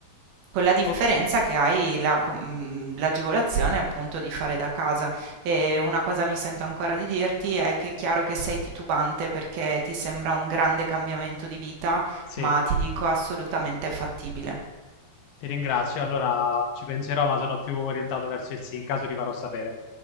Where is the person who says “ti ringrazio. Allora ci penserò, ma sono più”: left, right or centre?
Left